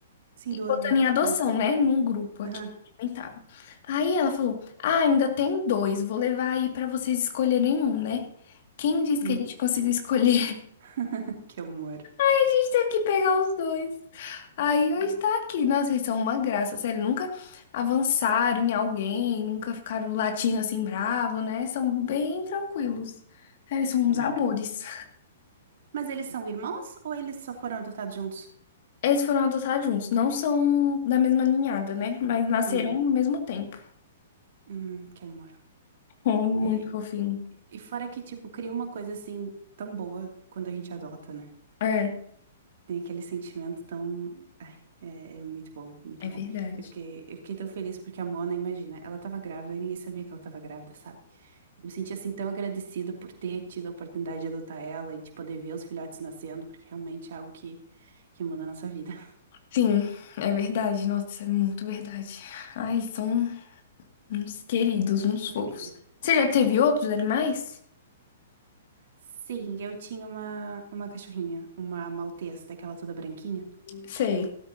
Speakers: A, on the right; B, on the left.
A: Sim, do
B: botando
A: Anda.
B: em adoção,
A: Yeah.
B: né? Num grupo aqui.
A: Aham.
B: Nem tava. Aí ela falou: Ah, ainda tem dois, vou levar aí pra vocês escolherem um, né? Quem disse
A: Hum.
B: que a gente conseguiu escolher
A: <laughs> Que amor.
B: A gente teve que pegar os dois. Aí hoje tá aqui. Nossa, eles são uma graça, sério. Nunca avançaram em alguém, nunca ficaram latindo assim bravo, né? São bem tranquilos. Sério, eles são
A: Que
B: uns
A: amor.
B: amores.
A: Mas eles são irmãos ou eles só foram adotados juntos?
B: Eles foram adotados juntos. Não são da mesma ninhada, né? Mas nasceram
A: Hum,
B: no mesmo tempo. <laughs>
A: hum, que amor.
B: Oh, Muito
A: É,
B: fofinho.
A: e fora que, tipo, cria uma coisa assim tão boa quando a gente adota, né?
B: É,
A: Tem aquele sentimento tão. Ai, é, é muito bom, muito
B: é
A: bom.
B: verdade.
A: Eu fiquei, eu fiquei tão feliz porque a Mona, imagina, ela tava grávida e ninguém sabia que ela tava grávida, sabe? Eu me senti assim tão agradecida por ter tido a oportunidade de adotar ela e de poder ver os filhotes nascendo, porque realmente é algo que, que muda a nossa vida.
B: Sim, é verdade. Nossa, isso é muito verdade. Ai, eles são uns queridos, uns
A: <laughs> Alegria.
B: fofos. Você já teve outros animais?
A: Sim, eu tinha uma, uma cachorrinha, uma maltesa, daquela toda branquinha.
B: Sei.